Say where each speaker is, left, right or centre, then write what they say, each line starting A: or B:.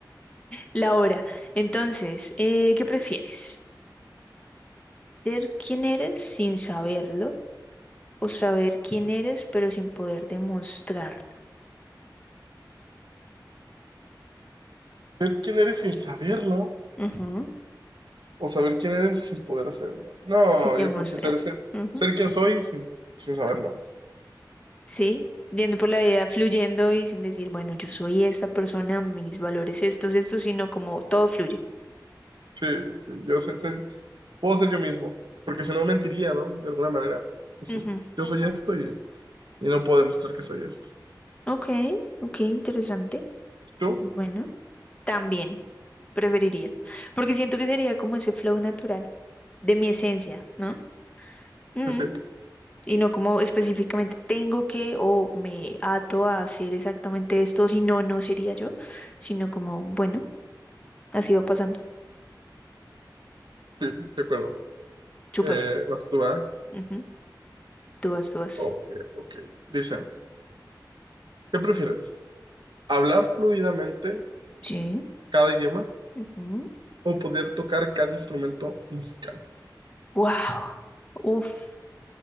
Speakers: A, on the left (about 15°); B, on the right (about 85°).
A: La hora. Entonces, eh, ¿qué prefieres? ¿Ser quién eres sin saberlo o saber quién eres pero sin poder demostrarlo?
B: Ser quién eres sin saberlo
A: Ujú,
B: o saber quién eres sin poder hacerlo. No,
A: Sin demostrarlo.
B: yo creo que ser, ser,
A: Ujú,
B: ser quien soy sin, sin saberlo.
A: Sí, yendo por la vida fluyendo y sin decir, bueno, yo soy esta persona, mis valores estos, estos, sino como todo fluye.
B: Sí, sí, yo sé, ser- puedo ser yo mismo, porque si no mentiría, ¿no? De alguna manera. Es
A: Ujú,
B: decir, yo soy esto y, y no puedo demostrar que soy esto.
A: Ok, ok, interesante.
B: ¿Tú?
A: Bueno, también preferiría, porque siento que sería como ese flow natural. de mi esencia, ¿no? Mm,
B: Sí, sí,
A: y no como específicamente tengo que o me ato a hacer exactamente esto, si no, no sería yo, sino como, bueno, así va pasando.
B: sí, de acuerdo.
A: Súper.
B: Eh, vas tú, ¿ah?
A: Ujú. Tú vas, tú vas.
B: Ok, ok. Dice, ¿qué prefieres? ¿Hablar fluidamente
A: Sí.
B: cada idioma
A: ujú.
B: o poder tocar cada instrumento musical?
A: Wow. Uf.